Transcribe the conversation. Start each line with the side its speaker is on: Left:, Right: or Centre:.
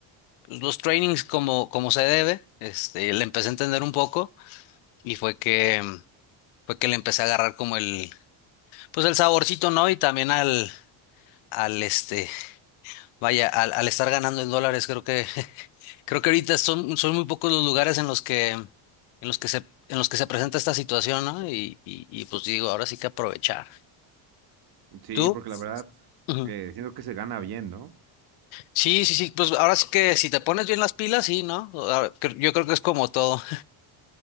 Left: pues, los trainings como, como se debe. Este, le empecé a entender un poco y fue que, mm, fue que le empecé a agarrar como el, pues el saborcito, ¿no? Y también al, al este, vaya, al, al estar ganando en dólares, creo que, <laughs> creo que ahorita son, son muy pocos los lugares en los que, en los que se, en los que se presenta esta situación, ¿no? Y, y, y pues digo, ahora sí que aprovechar.
Right: Sí,
Left: ¿Tú?
Right: porque la verdad,
Left: Ujú.
Right: eh, siento que se gana bien, ¿no?
Left: Sí, sí, sí, pues ahora sí que si te pones bien las pilas, sí, ¿no? Ahora, cre- Yo creo que es como todo.